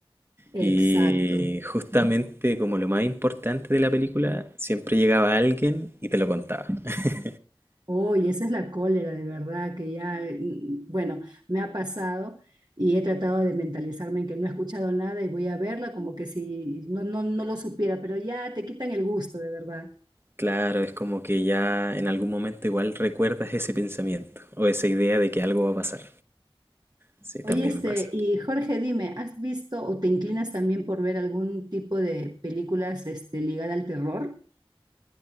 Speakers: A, on the right; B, on the right.
A: exacto.
B: Y justamente como lo más importante de la película, siempre llegaba alguien y te lo contaba. <laughs>
A: Oye, esa es la cólera, de verdad, que ya, mm, bueno, me ha pasado y he tratado de mentalizarme en que no he escuchado nada y voy a verla como que si no, no, no lo supiera, pero ya te quitan el gusto, de verdad.
B: Claro, es como que ya en algún momento igual recuerdas ese pensamiento o esa idea de que algo va a pasar. Sí, también
A: Oye, este,
B: me pasa.
A: y Jorge, dime, ¿has visto o te inclinas también por ver algún tipo de películas, este, ligada al terror?